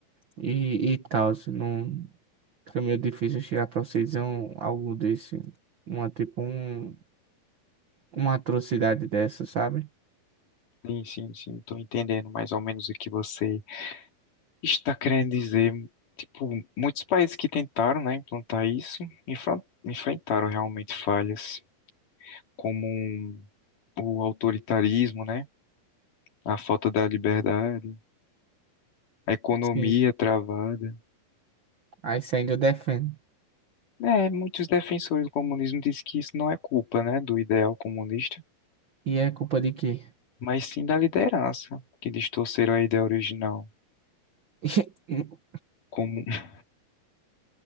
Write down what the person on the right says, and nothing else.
e, e tal. se Não, fica meio difícil eu chegar para você e dizer um, algo desse, uma tipo um, uma atrocidade dessa, sabe?
Sim.
Aí você ainda defende.
E é culpa de quê?
<laughs>